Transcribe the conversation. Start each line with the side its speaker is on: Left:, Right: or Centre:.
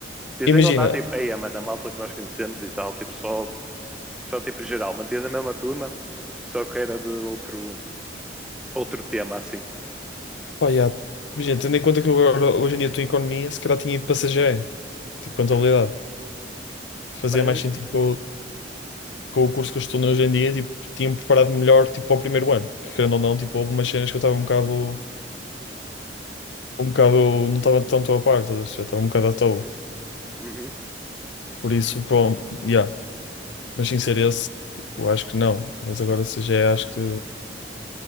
Centre: Tens
Left: Imagina,
Centre: em contar tipo, ei, mano, a malta que nós conhecemos e tal, tipo, só, só tipo geral, mantias a mesma turma, só que era de outro, outro tema assim.
Left: opa, já, imagina, tendo em conta que eu agora, hoje em dia estou em economia, se calhar tinha ido para CGE, tipo, contabilidade.
Centre: Hum.
Left: Fazia
Centre: Mas,
Left: mais sentido com, o- com o curso que eu estou hoje em dia, tipo, tinha-me preparado melhor, tipo, para o primeiro ano. Que, querendo ou não, tipo, houve umas cenas que eu estava um bocado um bocado, não estava tanto a parte estás a perceber? Estava um bocado à toa.
Centre: uhum. Uhum.
Left: Por isso, pronto, yeah. Mas sem ser esse, eu acho que não. Mas agora se CGE acho que